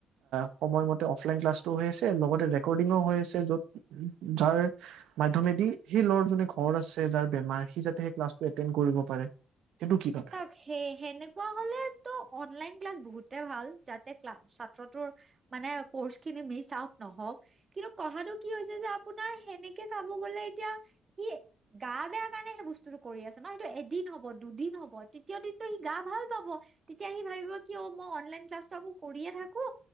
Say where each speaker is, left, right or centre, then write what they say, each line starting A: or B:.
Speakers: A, on the right (about 85°); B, on the right (about 35°).
A: অ সময়মতে অফলাইন ক্লাছটো হৈ আছে লগতে ৰেকৰ্ডিং ও হৈ আছে যাৰ মাইটোমেটি সি লৰাজনৰ ঘৰ আছে যাৰ বেমাৰ সি যাতে ক্লাছটো এটেণ্ড কৰিব পাৰে সেইটো কি ভাবে
B: চাওক সেই সেনেকোৱা হলেতো অনলাইন ক্লাছ বহুত ভাল যাতে ক্লা ছাত্ৰটোৰ মানে কৰ্চ খিনি মিচ আউট নহওক কিন্তু কথাটো কি হৈছে যে আপোনাৰ সেনেকে চাব গলে এতিয়া সি গা বেয়া কাৰণে সেই বস্তুটো কৰি আছে ন সটো এদিন হ'ব দুদিন হ'ব তিতৃয় দিনটো সি গা ভাল পাব তেতিয়া সি ভাবিব কি অ মই অনলাইন ক্লাছটো আকৌ কৰিয়ে থাকো